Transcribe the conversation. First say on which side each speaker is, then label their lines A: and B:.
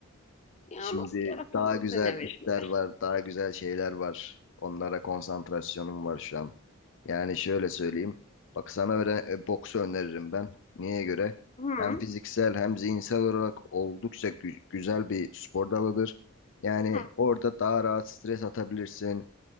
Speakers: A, on the left; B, on the left.
A: Ya
B: Şimdi
A: nasıl yaratalım
B: daha güzel
A: senin hevesini?
B: işler var, daha güzel şeyler var. Onlara konsantrasyonum var şu an. Yani şöyle söyleyeyim. Bak sana öyle e, boksu öneririm ben. Niye göre?
A: Hı,
B: Hem fiziksel hem zihinsel olarak oldukça gü- güzel bir spor dalıdır. Yani
A: hı.
B: orada daha rahat stres atabilirsin.